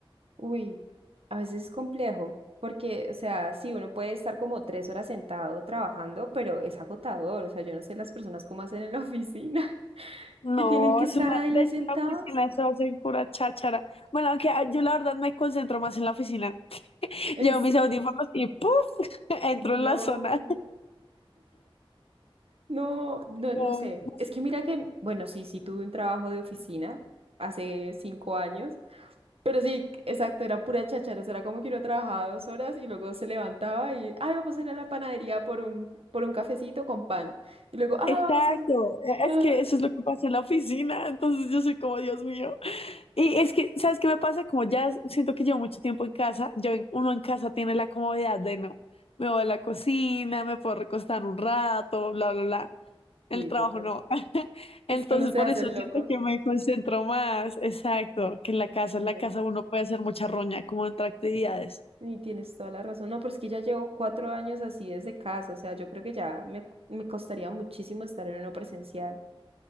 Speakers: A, on the right (about 85°); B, on the left (about 85°).
A: Uy, a veces es complejo, porque, o sea, sí, uno puede estar como tres horas sentado trabajando, pero es agotador. O sea, yo no sé las personas cómo hacen en la oficina, <laughs>
B: No,
A: que tienen que
B: es
A: estar
B: una,
A: ahí
B: de hecho
A: sentados.
B: la oficina se va a hacer pura cháchara. Bueno, aunque ah, yo la verdad me concentro más en la oficina. <laughs>
A: En
B: Llevo
A: se-
B: mis audífonos y ¡puf! <laughs> entro en
A: No,
B: la zona.
A: no, no,
B: Pero,
A: no sé.
B: no
A: Es
B: sé,
A: que mira que, bueno, sí, sí tuve un trabajo de oficina hace cinco años. Pero sí, exacto, era pura cháchara, o sea, era como que uno trabajaba dos horas y luego se levantaba y, ay, vamos a ir a la panadería por un, por un cafecito con pan. Y luego, ah,
B: Exacto,
A: vamos a...
B: e-
A: Ajá.
B: es que eso es lo que pasa en la oficina, entonces yo soy como, Dios mío. Y es que, ¿sabes qué me pasa? Como ya siento que llevo mucho tiempo en casa, yo, en- uno en casa tiene la comodidad de no, me voy a la cocina, me puedo recostar un rato, bla, bla, bla. En
A: Sí,
B: el trabajo
A: total.
B: no. <laughs> Entonces
A: Y si uno se
B: por
A: hace
B: eso
A: el
B: siento
A: loco,
B: que me concentro más, exacto, que en la casa,
A: bueno,
B: en la casa uno puede hacer mucha roña, como entre actividades.
A: y tienes toda la razón. No, pero es que ya llevo cuatro años así desde casa, o sea, yo creo que ya me, me costaría muchísimo estar en uno presencial.